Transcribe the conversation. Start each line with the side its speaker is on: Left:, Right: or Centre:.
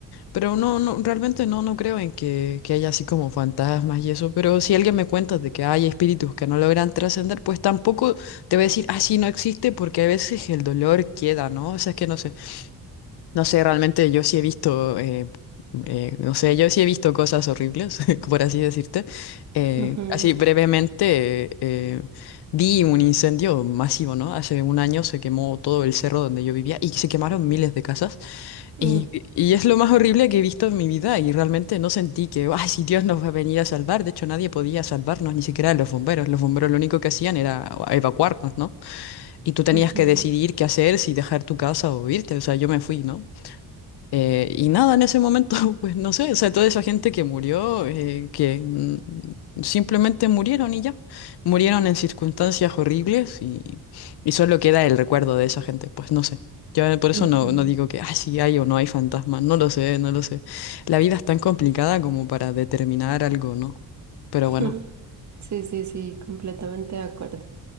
Left: Pero no, no, realmente no, no creo en que, que haya así como fantasmas y eso. Pero si alguien me cuenta de que hay espíritus que no logran trascender, pues tampoco te voy a decir, ah, sí, no existe, porque a veces el dolor queda, ¿no? O sea, es que no sé. No sé, realmente yo sí he visto, eh, eh, no sé, yo sí he visto cosas horribles, <laughs> por así decirte. Eh,
Right: Ujú, ujú,
Left: así brevemente, eh, eh, vi un incendio masivo, ¿no? Hace un año se quemó todo el cerro donde yo vivía y se quemaron miles de casas.
Right: ujú.
Left: Y, y es lo más horrible que he visto en mi vida y realmente no sentí que, ay, si Dios nos va a venir a salvar, de hecho nadie podía salvarnos, ni siquiera los bomberos, los bomberos lo único que hacían era evacuarnos, ¿no? Y tú tenías
Right: Ujú,
Left: que decidir qué hacer, si dejar tu casa o irte, o sea, yo me fui, ¿no? Eh, y nada, en ese momento, <laughs> pues no sé, o sea, toda esa gente que murió, eh, que mm, simplemente murieron y ya, murieron en circunstancias horribles y, y solo queda el recuerdo de esa gente, pues no sé. Yo eh, por eso
Right: ujú.
Left: no, no digo que, ah, sí hay o no hay fantasmas, no lo sé, no lo sé. La vida es tan complicada como para determinar algo, ¿no? Pero
Right: <laughs>
Left: bueno.
Right: Sí, sí, sí, completamente de acuerdo.